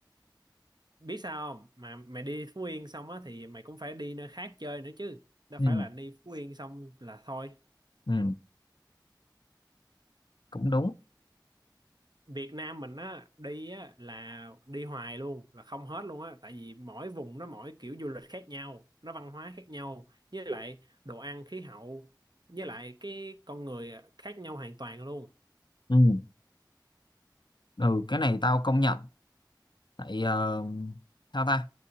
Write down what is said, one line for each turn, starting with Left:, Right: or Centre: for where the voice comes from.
Right: biết sao không mà mày đi Phú Yên xong á thì mày cũng phải đi nơi khác chơi nữa chứ đâu
Left: ừ
Right: phải là đi Phú Yên xong là thôi
Left: ừ cũng đúng
Right: Việt Nam mình á đi á là đi hoài luôn là không hết luôn á tại vì mỗi vùng nó mỗi kiểu du lịch khác nhau nó văn hóa khác nhau với lại đồ ăn khí hậu với lại cái con người khác nhau hoàn toàn luôn
Left: ừ ừ cái này tao công nhận tại ờ, sao ta